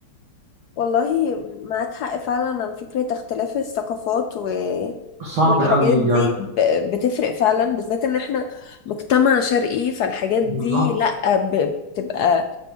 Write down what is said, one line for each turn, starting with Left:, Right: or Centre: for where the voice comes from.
Left: والله معاك حق فعلا عن فكرة اختلاف الثقافات و...
Right: فصعب
Left: والحاجات
Right: قوي
Left: دي
Right: يعني
Left: ب... بتفرق فعلا بالذات ان احنا مجتمع شرقي فالحاجات
Right: بالظبط
Left: دي لا ب... بتبقى